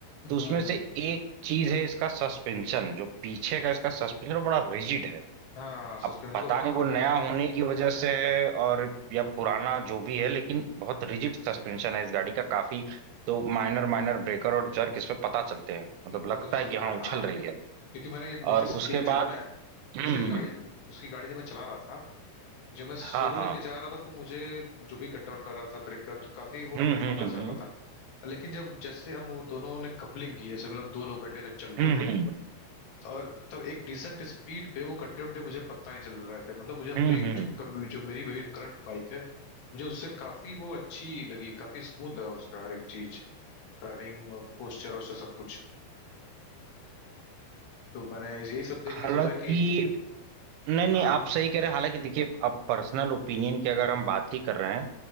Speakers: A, on the left; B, on the right.
A: हम्म
B: तो उसमें से
A: हम्म
B: एक चीज है इसका सस्पेंशन जो पीछे का इसका सस्पेंशन बड़ा रिजिड है
A: हाँ सस्पेंस
B: अब पता
A: तो बड़ा
B: नहीं
A: हार्ड
B: वो नया
A: है इसका
B: होने की वजह से है और या पुराना जो भी है लेकिन बहुत रिजिड सस्पेंशन है इस गाड़ी का काफी तो माइनर माइनर ब्रेकर और जर्क इस पे पता चलते हैं मतलब
A: पता
B: लगता
A: तो चलता
B: है कि हाँ
A: है
B: उछल
A: हाँ
B: रही है
A: क्योंकि मैंने ये नोटिस
B: और
A: किया
B: उसके
A: है जब
B: बाद
A: मैं
B: हम्म
A: उसकी गाड़ी उसकी गाड़ी जब मैं चला रहा था जब मैं सोलो
B: हाँ हाँ
A: लेके जा रहा था तो मुझे जो भी गड्ढा उड्ढा रहा था ब्रेकर तो काफी वो
B: हम्म हम्म
A: पता चल
B: हम्म
A: रहा था लेकिन जब जैसे हम वो दोनों ने कपलिंग की जैसे मतलब दो लोग बैठे जब चल
B: हम्म
A: रहे थे
B: हम्म
A: और तब एक डिसेंट स्पीड पे वो गड्ढे उड्ढे मुझे पता नहीं चल रहे थे मतलब मुझे अपने
B: हम्म। हम्म।
A: जो कम- जो मेरी मेरी करंट बाइक है मुझे उससे काफी वो अच्छी लगी काफी स्मूथ लगा उसका हर एक चीज ड्राइविंग और पोस्चर और सब कुछ तो मैंने यही सब देख
B: हालांकि
A: के सोचा कि
B: नहीं नहीं
A: हाँ
B: आप सही कह रहे हैं हालांकि देखिए अब पर्सनल ओपिनियन की अगर हम बात ही कर रहे हैं